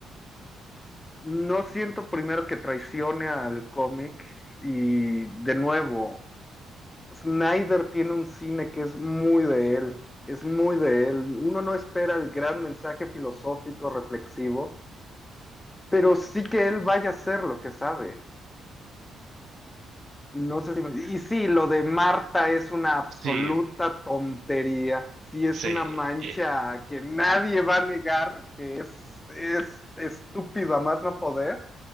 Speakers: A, on the left (about 15°); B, on the right (about 65°).
A: No siento primero que traicione al cómic y de nuevo, Snyder tiene un cine que es muy de él, es muy de él. Uno no espera el gran mensaje filosófico, reflexivo, pero sí que él vaya a hacer lo que sabe. No sé si me- Y sí, lo de Marta es una absoluta
B: Sí,
A: tontería, sí es
B: sí.
A: una mancha
B: e,
A: que nadie va a negar, que es, es estúpido a más no poder.